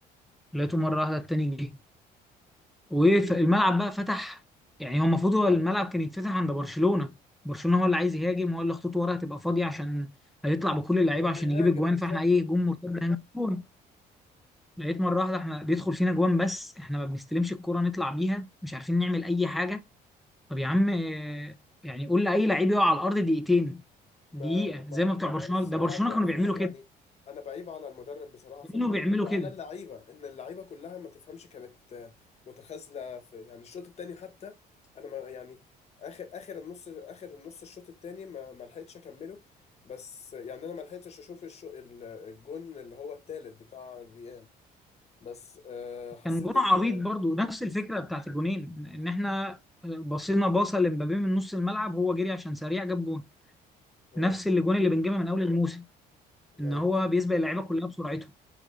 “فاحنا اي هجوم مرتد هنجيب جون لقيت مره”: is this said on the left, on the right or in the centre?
Centre